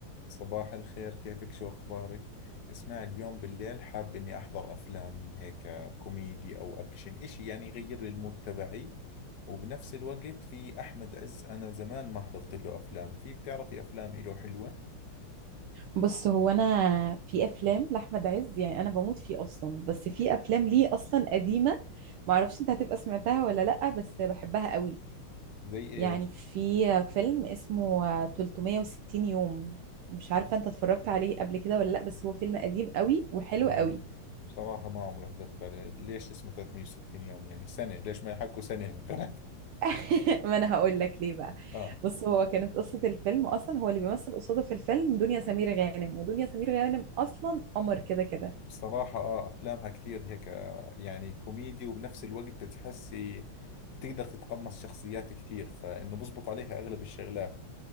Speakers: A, on the left; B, on the right.
A: صباح الخير كيفك شو أخبارك؟ اسمع اليوم بالليل حاب إني أحضر أفلام هيك كوميدي أو أكشن إشي يعني يغير لي المود تبعي وبنفس الوقت في أحمد عز أنا زمان ما حضرت له أفلام في بتعرفي أفلام إله حلوة
B: بص هو انا في افلام لاحمد عز يعني انا بموت فيه اصلا بس في افلام ليه اصلا قديمه ما اعرفش انت هتبقى سمعتها ولا لا بس بحبها قوي
A: زي إيش؟
B: يعني في فيلم اسمه 360 يوم مش عارفه انت اتفرجت عليه قبل كده ولا لا بس هو فيلم قديم قوي وحلو
A: لا،
B: قوي
A: بصراحة ما عمري حضرت له. ليش اسمه 360 يوم يعني سنة ليش ما يحكوا سنة مثلا؟
B: <laughs> ما انا هقول لك ليه بقى
A: آه
B: بص هو كانت قصه الفيلم اصلا هو اللي بيمثل قصاده في الفيلم دنيا سمير غانم ودنيا سمير غانم اصلا قمر كده كده
A: بصراحة اه افلامها كتير هيك آه، يعني كوميدي وبنفس الوقت بتحسي بتقدر تتقمص شخصيات كتير فانه بزبط عليها اغلب الشغلات